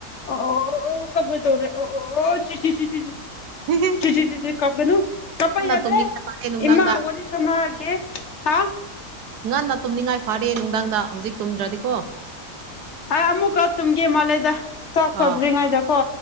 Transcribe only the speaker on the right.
ꯍꯤ ꯍꯤ
ꯇꯨꯝꯅꯤꯡꯉꯥꯏ ꯐꯔꯦ ꯅꯨꯡꯗꯥꯡꯗ
ꯉꯟꯅ ꯇꯨꯝꯅꯤꯡꯉꯥꯏ ꯐꯥꯔꯦ ꯅꯨꯡꯗꯥꯡꯗ ꯍꯧꯖꯤꯛ ꯇꯨꯝꯗ꯭ꯔꯗꯤꯀꯣ
ꯑꯥ